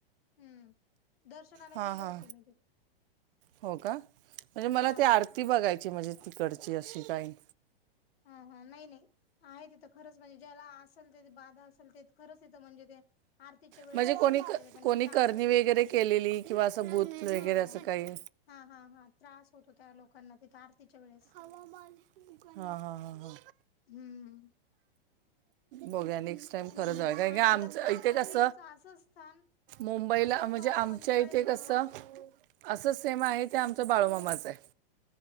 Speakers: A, on the left; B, on the right.
A: हम्म दर्शनाला
B: हा
A: गेले
B: हा
A: होते मी तथे
B: हो का म्हणजे मला
A: हा.
B: आरती ती बघायची म्हणजे तिकडची अशी काही.
A: हा हा नाही नाही. आहे तिथं खरंच म्हणजे ज्याला असेल ते बाधा असेल ते खरंच तथं म्हणजे ते आरतीच्या वेळेस
B: म्हणजे
A: हे होत
B: कोणी
A: त्यांना
B: कोणी
A: त्रास
B: करणी
A: होतो
B: वगैरे केलेली किंवा असं बूथ वगैरे
A: हा
B: असं काही.
A: हा हा हा त्रास होतो त्या लोकांना तिथे आरतीच्या वेळेस
B: ह हा हा हा हा
A: हम्म
B: बघ्या नेक्स्ट टाइम
A: म्हण
B: खरच का
A: आणि
B: का आमचं
A: दत्तांचं
B: इथे कस
A: हेच असं स्थान
B: मुंबईला
A: असंच
B: म्हणजे
A: प
B: आमच्या
A: पंचाळेश्वरला
B: इथे कसं
A: आहे.
B: असंच सेम आहे ते आमच बाळूमामाचं आहे